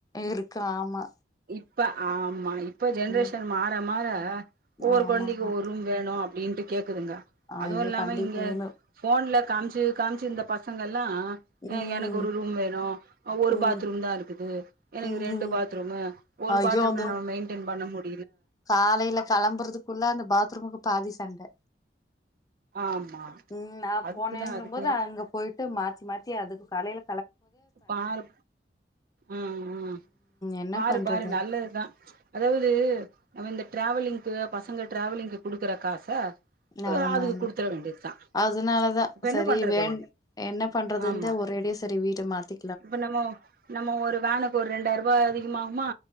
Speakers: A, on the left; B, on the right.
A: இருக்கு ஆமா
B: இப்ப ஆமா இப்ப ஜென்ரேஷன்
A: ம்
B: மாற மாற ஒவ்வொரு
A: ஆமாமா
B: கொழந்தைக்கு ஒரு ரூம் வேணும் வீண்ட்டு கேக் சொல்லுங்க
A: ஐயோ
B: அதுவும் இல்லாம
A: கண்டிப்பா
B: இங்க
A: வேணு
B: போன்ல காமிச்சு காமிச்சு இந்த பசங்கள்ளா
A: ம்
B: எனக்கு ஒரு ரூம் வேணும் ஒரு
A: ம்
B: பாத்ரூம் தான் இருக்குது எனக்கு
A: ம்
B: ரெண்டு பாத்ரூம் ஒரு
A: ஐயோ
B: பாத்ரூம்ல
A: அந்த
B: நம்ம மெயின்டெண் பண்ண முடிய
A: காலையில கிளம்புறதுக் ள்ளா அந்த பாத்ரூமுக்கு பாதி சண்டை
B: ஆமா
A: ம் நான்
B: அதுக்குதா
A: போனேங்கும்போது
B: அதுக்குதா
A: அங்க போயிட்டு மாத்தி மாத்தி அதுக்கு காலைல
B: பாரு ம் ம்
A: என்ன
B: பாரு
A: பண்றது
B: பாரு நல்லதுதான் அதாவது ந இந்த டிராவலிங்கு பசங்க டிராவலிங்க்கு குடுக்குற காச
A: ஆமா
B: அதுக்கு
A: ஆமா
B: குடுத்துற வேண்டியதுதா
A: அதனாலதா
B: இப்ப என்ன
A: சரி
B: பண்றது
A: வேண் என்ன பண்றதுந்த
B: ஆமா
A: ஒரேடியே சரி வீட்ட மாத்தி
B: இப்ப நம்மோ நம்ம ஒரு வேனுக்கு ஒரு ரெண்டாயிரம் ரூபாய் அதிகமாகுமா